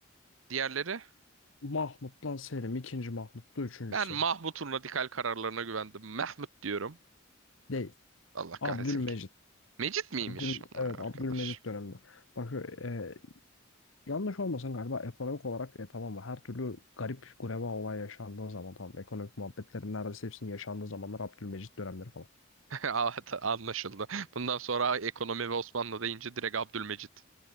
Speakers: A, on the right; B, on the left.
A: Diğerleri?
B: Mahmut'tan Selim, ikinci Mahmut'ta üçüncü
A: Ben
B: Selim.
A: Mahmut'un radikal kararlarına güvendim. Mehmet diyorum.
B: Değil.
A: Allah
B: Abdülmecit.
A: kahretsin ki. Mecit miymiş?
B: Abdül,
A: Vay
B: evet Abdülmecit
A: Arkadaş.
B: döneminde. Bak e, yanlış olmasın galiba ekonomik olarak e, tamam mı? Her türlü garip gureba olay yaşandığı zaman tamam ekonomik muhabbetlerin neredeyse hepsinin yaşandığı zamanlar Abdülmecit dönemleri falan.
A: <laughs> Evet, Anlaşıldı. Bundan sonra ekonomi ve Osmanlı deyince direkt Abdülmecit.